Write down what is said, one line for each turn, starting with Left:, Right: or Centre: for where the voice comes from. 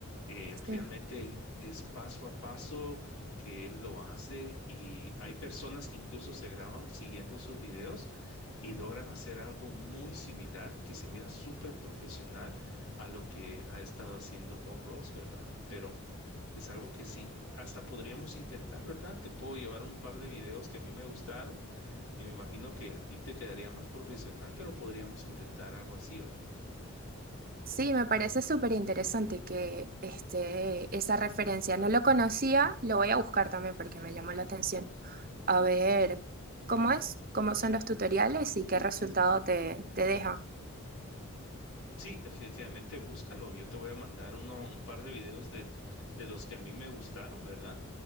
Left: Eh, realmente
Right: sí.
Left: es paso a paso que él lo hace y hay personas que incluso se graban siguiendo esos videos y logran hacer algo muy similar que se mira súper profesional a lo que ha estado haciendo Bob Ross, ¿verdad? Pero es algo que sí hasta podríamos intentar, ¿verdad? Te puedo llevar un par de videos que a mí me gustaron y me imagino que a ti te quedaría más profesional, pero podríamos intentar algo así, ¿verdad?
Right: Sí, me parece súper interesante que este, esa referencia. No lo conocía, lo voy a buscar también porque me llamó la atención. A ver cómo es, cómo son los tutoriales y qué resultado te, te deja.
Left: Sí, definitivamente búscalo. Yo te voy a mandar uno, un par de videos del- de los que a mí me gustaron, ¿verdad?